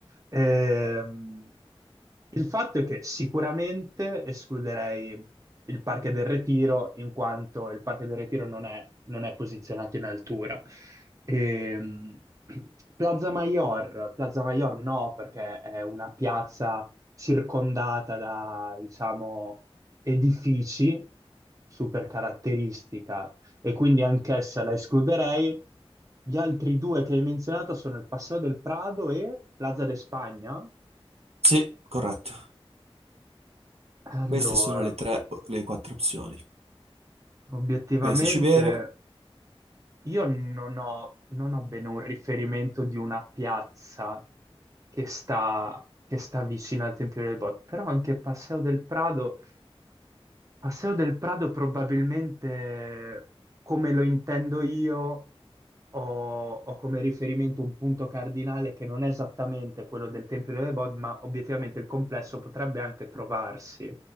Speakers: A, on the right; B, on the right.
A: Ehm, il fatto è che sicuramente escluderei il Parque del Retiro, in quanto il Parque del Retiro non è, non è posizionato in altura. Ehm, Plaza Mayor, Plaza Mayor no, perché è una piazza circondata da, diciamo, edifici super caratteristica e quindi anch'essa la escluderei. Gli altri due che hai menzionato sono il Paseo del Prado e Plaza de Spagna.
B: Sì, corretto.
A: Allora,
B: Queste sono le tre, le quattro opzioni.
A: obiettivamente
B: Pensaci bene,
A: io non ho, non ho bene un riferimento di una piazza che sta, che sta vicino al Tempio del Bot, però anche Paseo del Prado, Paseo del Prado probabilmente come lo intendo io ho, ho come riferimento un punto cardinale che non è esattamente quello del Tempio delle Bod, ma obiettivamente il complesso potrebbe anche trovarsi,